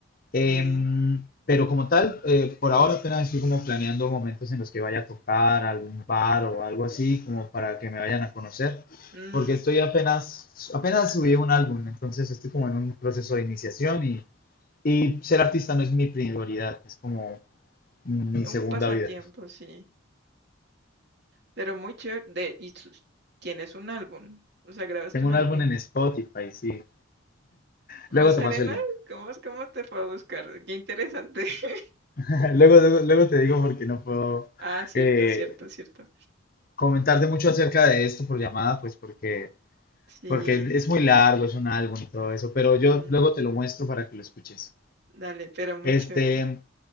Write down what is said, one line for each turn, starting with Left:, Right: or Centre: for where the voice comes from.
Left: Em,
Right: de,
Left: pero como tal, eh, por
Right: mm,
Left: ahora apenas estoy como planeando momentos en los que vaya a tocar algún bar o algo así, como para que me vayan a conocer,
Right: mm.
Left: porque estoy apenas, apenas subí un álbum, entonces estoy como en un proceso de iniciación y y ser artista no es mi prioridad, es como mi
Right: Un
Left: segunda
Right: pasatiempo,
Left: vida.
Right: sí. Pero muy chévere. De, y sus- tienes un álbum. O sea, grabaste
Left: Tengo
Right: un
Left: un
Right: álbum.
Left: álbum en Spotify, sí.
Right: José
Left: Luego te paso
Right: Arenas,
Left: el link.
Right: ¿cómo, es- cómo te fue a buscar? Qué interesante. <laughs>
Left: <laughs> Luego, luego, luego te digo porque no puedo
Right: Ah, cierto,
Left: eh,
Right: cierto, cierto.
Left: comentarte mucho acerca de esto por llamada, pues porque,
Right: Sí.
Left: porque es muy largo, es un álbum y todo eso, pero yo
Right: mm,
Left: luego te lo muestro para que lo escuches.
Right: dale, pero muy
Left: Este,
Right: chévere.